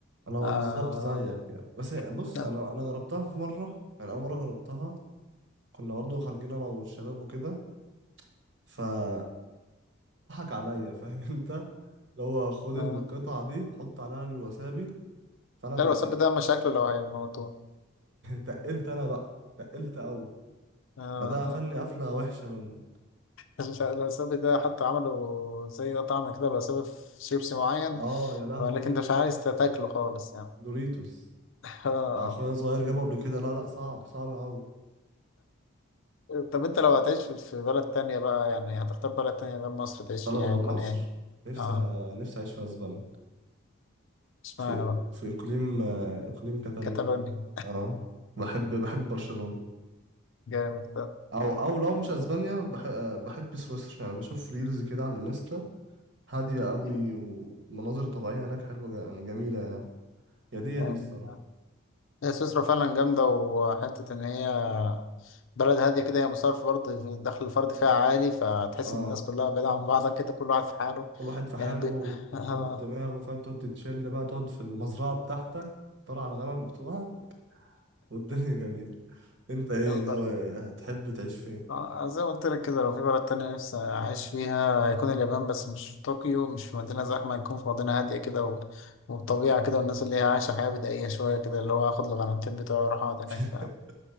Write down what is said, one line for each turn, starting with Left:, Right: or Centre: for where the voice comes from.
Right: انا هو
Left: آه...
Right: بالظبط زيك يعني بس بص
Left: <laughs>
Right: انا انا جربتها في مره يعني اول مره جربتها كنا برضه خارجين انا والشباب وكده فاتضحك عليا فاهم <laughs> انت اللي هو خد القطعه
Left: آه.
Right: دي حط عليها الوسابي فانا
Left: لا
Right: <laughs>
Left: الوساب ده مشاكله لو هيموتوه
Right: تقلت انا بقى تقلت قوي
Left: آه.
Right: فده قفلني
Left: آه.
Right: قفله وحشه منه
Left: مش عارف الوسابي ده حتى عملوا زي طعم كده بسبب في شيبسي معين
Right: اه يا لهوي
Left: بيقول لك انت مش عايز تاكله خالص يعني
Right: دوريتوس
Left: <laughs> آه.
Right: اخويا صغير جابه قبل كده لا لا صعب صعب قوي
Left: طب انت لو هتعيش في في بلد تانية بقى يعني هتختار بلد تانية غير مصر تعيش
Right: بلد
Left: فيها
Right: غير
Left: هيكون
Right: مصر
Left: ايه؟
Right: نفسي
Left: اه
Right: نفسي اعيش في اسبانيا
Left: اشمعنى
Right: في
Left: بقى؟
Right: في اقليم آه، اقليم كاتالونيا
Left: كاتالونيا
Right: اه بحب بحب برشلونة
Left: جامد ده
Right: او او لو مش اسبانيا بحب بحب سويسرا يعني بشوف ريلز كده على الانستا هادية قوي
Left: مم.
Right: والمناظر الطبيعية هناك حلوة جا- يعني جميلة يعني يا دي يا
Left: جامد
Right: دي الصراحة
Left: ده. هي سويسرا فعلا جامدة وحتة إن هي بلد هادية كده هي مصارف فرد الدخل الفردي فيها عالي فتحس
Right: اه
Left: إن الناس كلها بعيدة عن بعضها كده كل واحد في حاله
Right: كل واحد في حاله
Left: يعني بي... <laughs> آه.
Right: كبر دماغه فاهم تقعد تتشل بقى تقعد في المزرعة بتاعتك ترعى على الغنم بتوعك والدنيا <laughs> جميلة انت ايه
Left: يلا
Right: ناوي هتحب تعيش فين؟
Left: آه، زي ما قلت لك كده لو في بلد تانية نفسي أعيش فيها هيكون اليابان بس مش في طوكيو مش في مدينة زحمة هيكون في مدينة هادية كده و... والطبيعة كده والناس اللي هي عايشة حياة بدائية شوية كده اللي هو آخد الغرامتين بتوعي وأروح أقعد
Right: <laughs>
Left: هناك فاهم